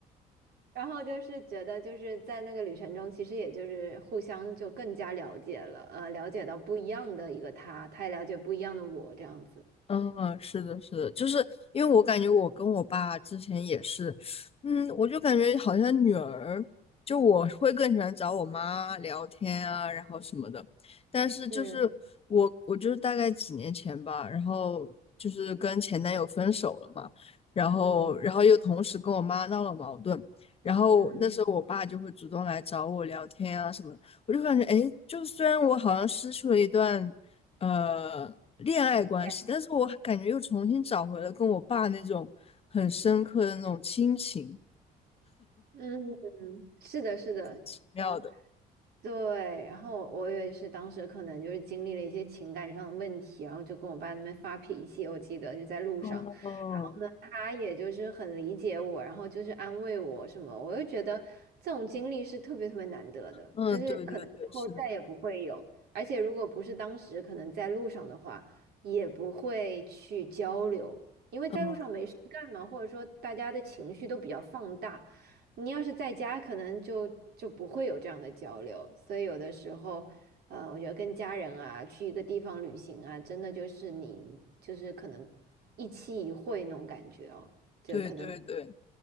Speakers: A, on the right; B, on the left.
A: 然后就是觉得就是在那个旅程中，其实也就是互相就更加了解了，呃，了解到不一样的一个他，他也了解不一样的我，这样子。
B: 嗯，是的，是的，就是因为我感觉我跟我爸之前也是，嗯，我就感觉好像女儿，就我会更喜欢找我妈聊天啊，然后什么的。但是就是我，
A: 是，
B: 我就是大概几年前吧，然后就是跟前男友分手了嘛，然后然后又同时跟我妈闹了矛盾，
A: 嗯。
B: 然后那时候我爸就会主动来找我聊天啊什么的我就感觉，
A: 嗯。嗯，
B: 哎，就虽然我好像失去了一段。呃恋爱关系，
A: 对。
B: 但是我感觉又重新找回了跟我爸那种很深刻的那种亲情，
A: 嗯，是的，是的，
B: 奇妙的。
A: 嗯，对。然后我也是当时可能就是经历了一些情感上的问题，然后就跟我爸那边发脾气，我记得就在路上。
B: 哦，
A: 然后呢，他也就是很理解我，然后就是安慰我什么，我就觉得这种经历是特别特别难得的，
B: 嗯，
A: 就是可能以后再也不会有。
B: 对对对，是的，是的，
A: 而且如果不是当时可能在路上的话，也不会去交流，因为在路上没事干嘛，
B: 嗯，
A: 或者说大家的情绪都比较放大。你要是在家，可能就就不会有这样的交流，所以有的时候，呃，我觉得跟家人啊，去一个地方旅行啊，真的就是你就是可能一期一会那种感觉哦，就可能
B: 对对对，